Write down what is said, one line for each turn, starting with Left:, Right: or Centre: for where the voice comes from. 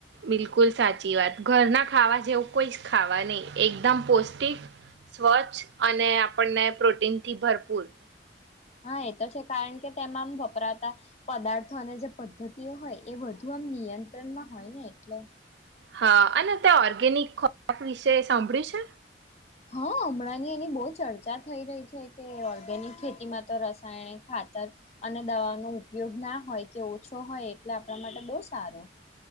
Right: બિલકુલ સાચી વાત ઘરના ખાવા જેવું કોઈ જ ખાવા નહીં એકદમ પૌષ્ટિક, સ્વચ્છ અને આપણને પ્રોટીનથી ભરપૂર.
Left: હા એ તો છે કારણ કે તેમાં આમ વપરાતા પદાર્થો અને જે પદ્ધતિઓ હોય એ વધુ આમ નિયંત્રણમાં હોય ને એટલે.
Right: હા અને તે ઓર્ગેનિક કપ વિશે એ સાંભળ્યું છે?
Left: હા હમણાંની એની બહુ ચર્ચા થઈ રહી છે કે ઓર્ગેનિક ખેતીમાં તો રસાયણિક ખાતર અને દવાનો ઉપયોગ ના હોય કે ઓછો હોય એટલે આપણા માટે બહુ સારું.